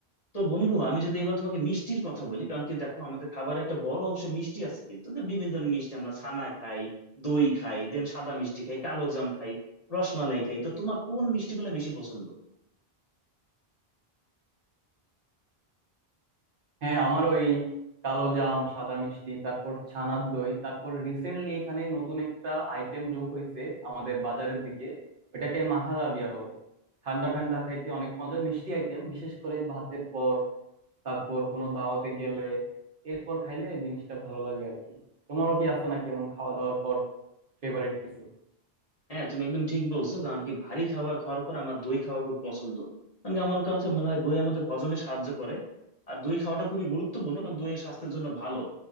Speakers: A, on the left (about 40°); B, on the right (about 60°).
A: তো বন্ধু আমি যদি এবার তোমাকে মিষ্টির কথা বলি কারণ কি দেখো আমাদের খাবারে একটা বড় অংশ মিষ্টি আছে কিন্তু তো বিভিন্ন ধরনের মিষ্টি আমরা ছানা খাই দই খাই দেন সাদা মিষ্টি খাই কালো জাম খাই রসমালাই খাই তো তোমার কোন মিষ্টিগুলো বেশি পছন্দ
B: হ্যাঁ আমারও এই কালো জাম সাদা মিষ্টি তারপর ছানার দই তারপর রিসেন্টলি এখানে নতুন একটা আইটেম যোগ হয়েছে আমাদের বাজারের দিকে ওইটাকে মাহাদাবিয়া বলে ঠান্ডা ঠান্ডা খাইতে অনেক মজা মিষ্টি আইটেম বিশেষ করে ভাতের পর তারপর কোনো দাওয়াতে গেলে এরপর খাইলে জিনিসটা ভালো লাগে আর কি তোমারও কি আছে নাকি এমন খাওয়া দাওয়ার পর ফেভারিট কিছু
A: হ্যাঁ তুমি একদম ঠিক বলছো কারণ কি ভারী খাবার খাওয়ার পর আমার দই খাওয়া খুব পছন্দ কারণ কি আমার কাছে মনে হয় দই আমাদের হজমে সাহায্য করে আর দই খাওয়াটা খুবই গুরুত্বপূর্ণ কারণ দই স্বাস্থ্যের জন্য ভালো